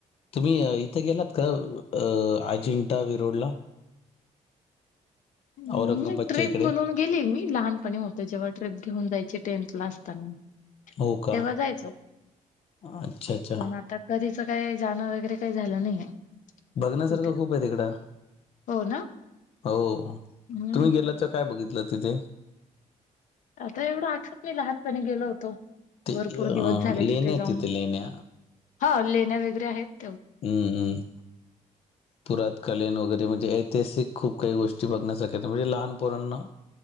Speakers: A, on the left; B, on the left.
A: तुम्ही इथे गेलात का अं अजिंठा वेरूड ला?
B: ह्म
A: औरंगाबादच्या
B: ट्रीप
A: इकडे
B: म्हणून गेली मी लहानपणे होते, जेव्हा ट्रिप घेऊन जायची टेन्थ ला असतांना
A: हो का
B: तेव्हा जायचो.
A: अच्छा अच्छा
B: पण आता कधीचं काय जाण वगैरे काही झालं नाहीये.
A: बघण्यासारखं
B: तिथे
A: खूप आहे तिकडं,
B: हो ना.
A: हो
B: हम्म
A: तुम्ही गेलात त काय बघितलं, तिथे?
B: आता एवढं आठवत नहीं, लहानपणी गेलो होतो.
A: ते
B: भरपूर
A: अ,
B: दिवस झाले
A: लेण्या
B: तिथे
A: आहेत
B: जाऊन,
A: लेण्या
B: हां लेण्या वगैरे आहेत.
A: हम्म हम्.
B: ह <unintelligible>
A: पुरात कालीन वगैरे, म्हणजे ऐतिहासिक खूप काही, गोष्टी बघण्यासारख्या, म्हणजे लहानपरांना